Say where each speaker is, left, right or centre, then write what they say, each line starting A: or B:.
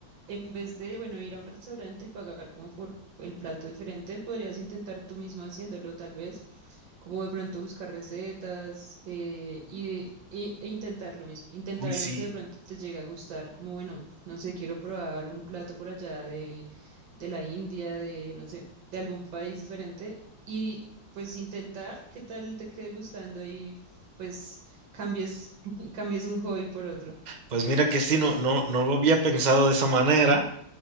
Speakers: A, on the right; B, on the right.
A: en vez de, bueno, ir a un restaurante y pagar como por el plato diferente, podrías intentar tú mismo haciéndolo, tal vez como de pronto buscar recetas eh, y, e, e intentar lo mismo, intentar
B: Uy,
A: algo
B: sí.
A: que de pronto te llegue a gustar, como bueno, no sé, quiero probar un plato por allá de, de la India, de no sé, de algún país diferente y pues intentar qué tal te quede gustando y pues cambies, <laughs> cambies un hobby por otro.
B: Pues mira que sí, no, no, no lo había pensado de esa manera.